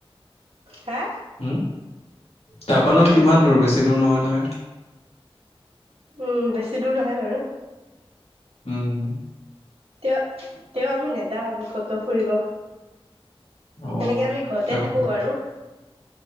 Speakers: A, on the right; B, on the left.
A: হা
B: উম। তা পা নো কিমান দূৰ বেছি দূৰ নহয় নহয়।
A: উম বেছি দূৰ নহয় বাৰু।
B: হুম।
A: তেওঁ- তেওঁ আমি নেযাওঁ আমি কত ফুৰিব।
B: অ
A: এনেকে আমি ঘৰতে
B: কিয় ঘৰত
A: থাকো বাৰু।